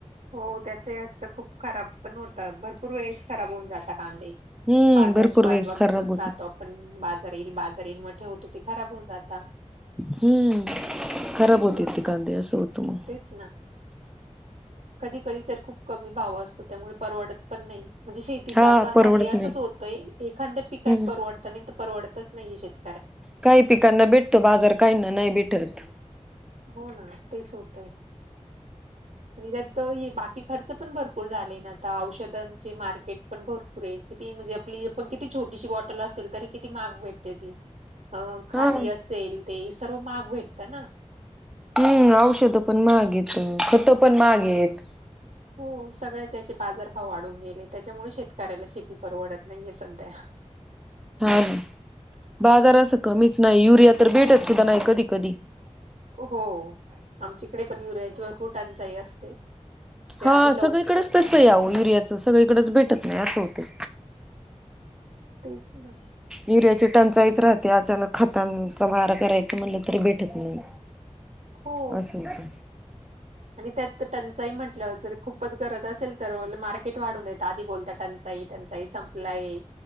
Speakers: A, on the right (about 75°); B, in the centre.
A: हो त्याचही असतं खूप खराब पण होतं भरपूर वेळेस खराब होऊन जाता कांदे.
B: हम्म
A: बाजारची
B: भरपूर
A: वाट
B: वेळेस
A: बघत
B: खराब होते
A: राहतो आपण बाजार येईल बाजार येईल म ठेवतो ते खराब होऊन जाता.
B: हम्म खराब
A: आणि
B: होतेत
A: नुकस
B: ते कांदे असं होत मंग.
A: तेच ना. कधी कधी तर खूप कमी भाव असतो त्यामुळे परवडत पण नाही. म्हणजे शेतीचा
B: हा
A: आता
B: परवडत
A: हल्ली असच
B: नाही
A: होतय एखाद्या पिकात
B: हम्म
A: परवडत नाय त परवडतच नाहीये शेत
B: काही पिकांना भेटतो बाजार काहींना नाही भेटत.
A: हो ना तेच होतंय. आणि त्यात तो ही बाकी ख च-पण भरपूर झाले ना आता औषधांचे मार्केट पण भरपूर ए किती म्हणजे आपली पण किती छोटीशी बॉटल असल तरी किती माग भेटते ती. अ- खादी
B: हा
A: असेल ते सर्व माग भेटतं ना.
B: हम्म औषधं पण महागएत खत पण माहागेत.
A: हो सगळ्याच याचे बाजारभाव वाढून गेले त्याच्यामुळे शेतकऱ्याला शेती परवडत नाहीये सध्या.
B: हा ना बाजार असं कमीच नाही युरिया तर भेटत सुद्धा नाही कधी कधी.
A: हो आमच्याइंकडे पण युर्याची भरपूर टंचाई असते. जे
B: हा
A: आधी लवकर
B: सगळीकडेच तसंय आव युरियाचं सगळीकडेच भेटत नाय असं हुतंय.
A: तेच ना.
B: युरियाची टंचाईच राहते अचानक खतांचा मारा करायच म्हणलं तरी भेटत नाय.
A: हो.
B: असं होत.
A: आणि त्यात टंचाही म्हटलं जर खूपच गरज असेल तर मार्केट वाढून येतं आधी बोलता टं चाई -टंचाई संपलाय